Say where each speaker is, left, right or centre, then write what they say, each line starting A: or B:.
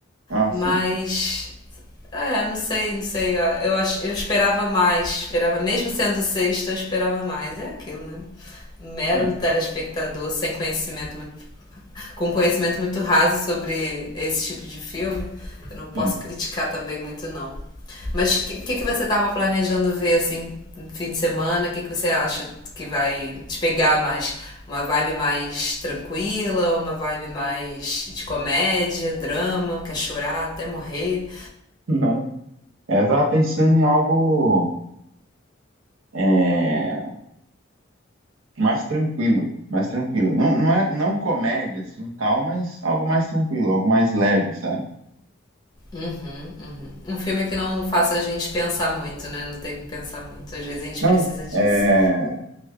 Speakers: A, on the right (about 80°); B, on the left (about 20°).
A: Ah,
B: Mas.
A: sim.
B: É, não sei, não sei. ó, Eu, ach- eu esperava mais. Esperava, mesmo sendo sexta, eu esperava mais. É aquilo, né? Mero
A: Ah,
B: telespectador sem conhecimento muito. Com conhecimento muito raso sobre esse tipo de filme, eu não posso
A: sim.
B: criticar também muito, não. Mas o que, que, que você estava planejando ver assim, no fim de semana? O que, que você acha que vai te pegar mais? Uma vibe mais tranquila, uma vibe mais de comédia, drama, quer chorar até morrer.
A: <laughs> Não. Eu tava pensando em algo. É mais tranquilo, mais tranquilo. Não, não é não comédia assim, tal, mas algo mais tranquilo, algo mais leve, sabe?
B: Uhum, uhum. Um filme que não faça a gente pensar muito, né? Não tem que pensar muito. Às vezes a gente
A: Não,
B: precisa disso.
A: é,